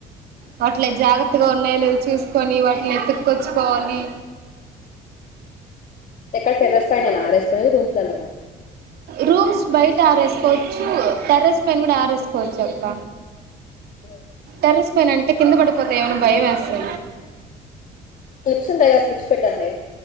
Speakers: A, on the right (about 70°); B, on the left (about 50°).
A: వాట్లే జాగ్రత్తగా ఉన్నాయలేదో చూసుకొని వాటిని ఎతుక్కొచ్చుకోవాలి.
B: ఎక్కడ టెర్రస్ పైనేనా ఆరెస్ నేది రూమ్స్ లల్లన
A: రూమ్స్ బయట ఆరేసుకోవచ్చు టెర్రెస్ పైన కూడా ఆరేసుకోవచ్చు అక్క
B: ఉమ్
A: టెర్రస్పైయినంటే కింద పడిపోతా ఏమో అని భయం వేస్తా
B: క్లిప్స్ ఉంటాయి కదా క్లిప్స్ పెట్టండి